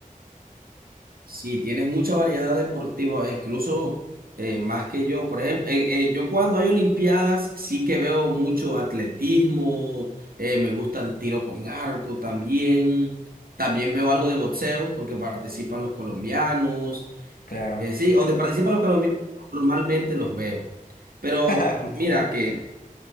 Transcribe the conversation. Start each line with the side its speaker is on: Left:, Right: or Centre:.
Right: Sí, tienes mucha variedad deportiva, incluso eh, más que yo. Por ejemplo, eh, eh, yo cuando hay Olimpiadas sí que veo mucho atletismo, eh, me gusta el tiro con arco también, también veo algo de boxeo porque participan los colombianos.
Left: Claro.
Right: Eh, sí, donde participan los colombianos normalmente los veo. Pero
Left: <laughs> Justo.
Right: mira que en,